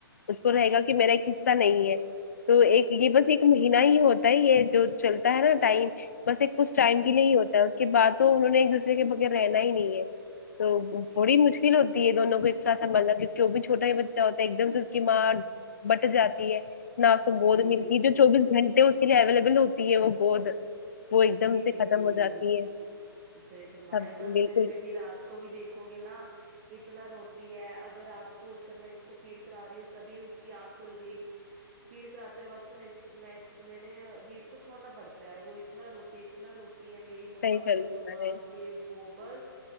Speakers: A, on the left (about 40°); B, on the right (about 20°).
A: اس کو رہے گا کہ میرا ایک حصہ نہیں ہے تو ایک یہ
B: جی
A: بس ایک مہینہ ہی ہوتا ہے یہ جو چلتا ہے نا ٹائم بس ایک کچھ ٹائم کے لیے
B: جی جی
A: ہی ہوتا ہے اس کے بعد تو انہوں نے ایک دوسرے کے بغیر رہنا ہی نہیں ہے تو
B: جی
A: تھوڑی مشکل ہوتی ہے دونوں کو ایک ساتھ سنبھالنا کی جو بھی چھوٹا ہی بچہ ہوتا ہے ایک دم سے اس کی ماں بٹ جاتی ہے نا اسکو
B: جی
A: گود
B: جی
A: ملتی جو چوبیس گھنٹے اس کے لیے اویلیبل ہوتی ہوتی وہ گود وہ ایک دم
B: جی
A: سے
B: جی
A: ختم
B: جی
A: ہو جاتی ہے
B: صحیح فرمایا
A: سب
B: بس
A: بالکل
B: میری بیٹی رات کو بھی دیکھو گے نا اتنا روتی ہے اگر رات کو اٹھ کر میں اس کو فیڈ کرا رہی ہوں تبھی اس کی آنکھ کھل گئی فیڈ کراتے وقت میں میں میں نے ابھی اس کو چھڑنا پڑتا ہوتا ہے وہ اتنا روتی اتنا روتی ہے میری مما
A: صحیح فرما
B: میری مما
A: رہے ہیں.
B: یہ وہ بس